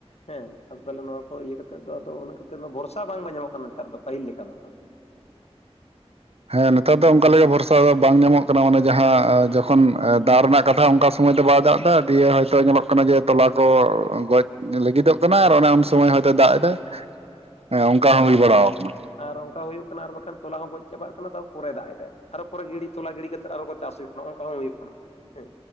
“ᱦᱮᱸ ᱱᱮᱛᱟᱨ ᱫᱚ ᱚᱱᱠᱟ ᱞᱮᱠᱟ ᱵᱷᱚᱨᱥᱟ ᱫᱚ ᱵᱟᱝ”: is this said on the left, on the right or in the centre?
Right